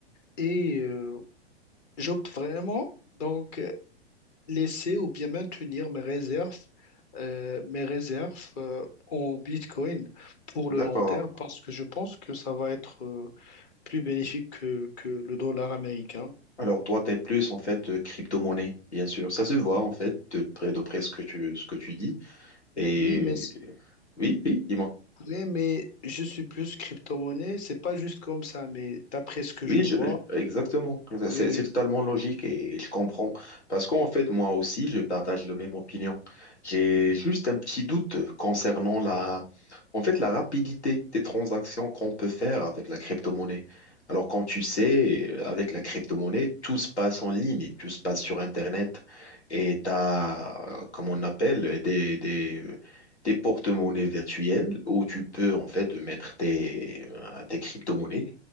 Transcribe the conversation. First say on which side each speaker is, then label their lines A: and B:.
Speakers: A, on the left; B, on the left.
A: Et euh, j'opte vraiment. Donc, laisser ou bien maintenir mes réserves, euh, mes réserves euh, en Bitcoin pour
B: d'accord.
A: le long terme parce que je pense que ça va être euh, plus bénéfique que, que le dollar américain.
B: Alors toi, t'es plus en fait euh, crypto-monnaie, bien sûr. Ça se voit en fait de près de près ce que tu ce que tu dis. Et
A: Oui, mais,
B: oui, oui, dis-moi.
A: mais, mais je suis plus crypto-monnaie, c'est pas juste comme ça, mais d'après ce que
B: Oui,
A: je
B: je,
A: vois,
B: je- exactement.
A: oui,
B: C'est
A: oui,
B: c'est totalement logique et je comprends. Parce qu'en fait, moi aussi, je partage le même opinion. J'ai juste un petit doute concernant la, en fait, la rapidité des transactions qu'on peut faire avec la crypto-monnaie. Alors, comme tu sais, euh, avec la crypto-monnaie, tout se passe en ligne, tout se passe sur Internet. Et tu as, euh, comme on appelle, des, des, euh, des porte-monnaies virtuelles où tu peux, en fait, mettre tes, euh, tes crypto-monnaies.